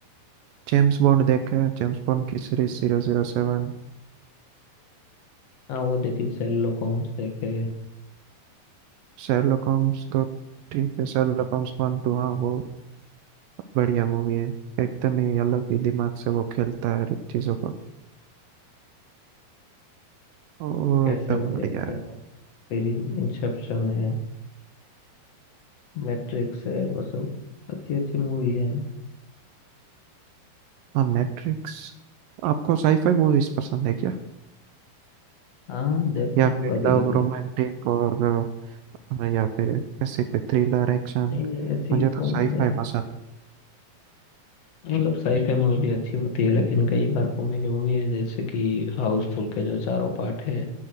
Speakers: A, on the right (about 75°); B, on the left (about 60°).
A: James Bond देखा है जेम्स बॉन्ड की series zero zero seven
B: हाँ वो देखी शेरलॉक होम्स देखे
A: Sherlock Holmes तो ठीक है शेरलॉक होम्स वन टू हाँ वो बढ़िया मूवी है एकदम ही अलग ही दिमाग से वो खेलता है हर एक चीज़ों को वो
B: कैसे
A: एकदम
B: वो
A: बढ़िया
B: देखता
A: है
B: है फिर इंसेप्शन है मैट्रिक्स है वो सब अच्छी अच्छी मूवी है
A: हाँ मैट्रिक्स आपको साईफाई मूवीज पसंद है क्या
B: हाँ देखता
A: या
B: हूँ
A: फिर
B: कभी
A: लव
B: कभी
A: रोमांटिक और हाँ, या फिर ऐसे कोई थ्रिलर एक्शन
B: नहीं नहीं ऐसे
A: मुझे
B: ही
A: तो
B: कॉमेडी
A: साईफाई पसंद है
B: मतलब साईफाई मूवी भी अच्छी होती है लेकिन कई बार कॉमेडी मूवी है जैसे कि हाउसफुल के जो चारों पार्ट है